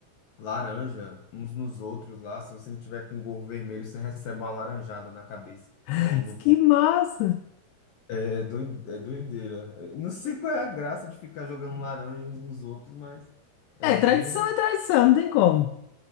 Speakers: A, on the left; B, on the left.
A: laranja uns nos outros lá. Se você não tiver com gorro vermelho, você recebe uma laranjada na cabeça
B: <laughs>
A: ou no
B: Que
A: corpo.
B: massa!
A: É, é doi- é doideira. Eu Não sei qual é a graça de ficar jogando laranja uns nos outros, mas é
B: É,
A: bem.
B: tradição é tradição, não tem como.